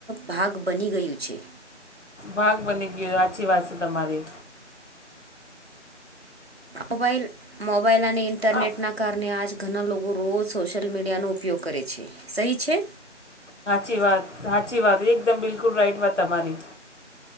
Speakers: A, on the right (about 55°); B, on the left (about 75°).
A: ભાગ બની ગયું છે
B: ભાગ બની ગયો આછી વાત છે તમારી
A: મોબાઈલ મોબાઈલ અને ઇન્ટરનેટના
B: આ
A: કારણે આજ ઘણા લોકો રોજ સોશિયલ મીડિયાનો ઉપયોગ કરે છે સહી છે
B: સાાચી વાત સાચી વાત એકદમ બિલકુલ રાઈટ વાત તમારી